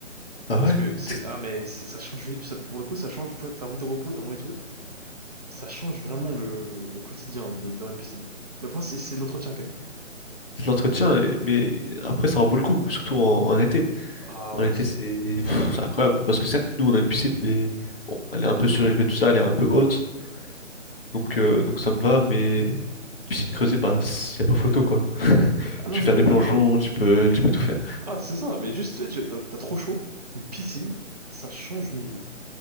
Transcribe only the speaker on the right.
Parce
que c'est...
Ah, mais c'est- ça change... une- ça- pour le coup, ça change, tu vois, t'as envie de repos, t'as envie de trucs. Ça change vraiment le, le quotidien de- dans une piscine. Mais après, c'est c'est de l'entretien quand même.
Ah
ouais,
c'est...
Mhm.
Ah non,
mais
oui,
non, mais...
Ah, c'est ça, mais juste, tu sais, tu- t'as t'as trop chaud. Une piscine, ça change une vie.